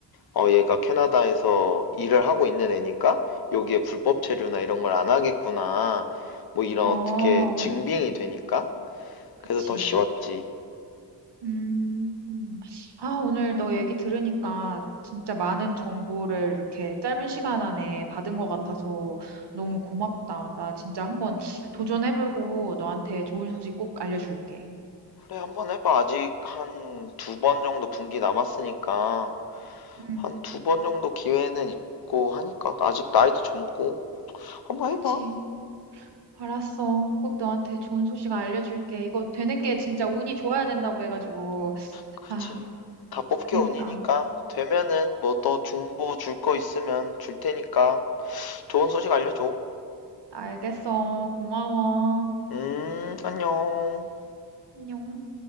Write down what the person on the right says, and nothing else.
어,
그치.
음, 아, 오늘 너 얘기 들으니까 진짜 많은 정보를 이렇게 짧은 시간 안에 받은 것 같아서 너무 고맙다. 나 진짜 한번 도전해보고 너한테 좋은 소식 꼭 알려줄게.
음,
그치.
알았어. 꼭 너한테 좋은 소식 알려줄게. 이거 되는 게 진짜 운이 좋아야 된다고 해가지고.
아,
그러니까.
알겠어. 고마워.
안녕.